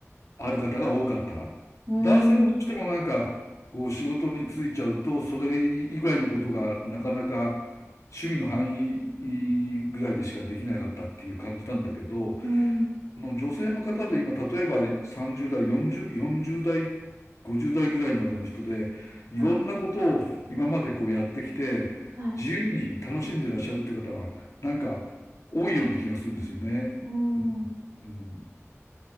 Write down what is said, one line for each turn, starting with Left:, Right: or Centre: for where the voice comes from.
Left: ある方が多かった男性はどうしてもなんか、
Right: うーん、う
Left: こう仕事に就いちゃうと、それ以外のことがなかなか趣味の範囲ぐらいでしかできなかったっていう感じなんだけど、
Right: ん、
Left: この女性の方で今、例えば30代、40、40代、50代ぐらいまでの人で、いろんなことを今までこうやってきて、
Right: はい、はい。
Left: 自由に楽しんでらっしゃるって方は、なんか多いような気がするんですよね。
Right: うーん、
Left: うん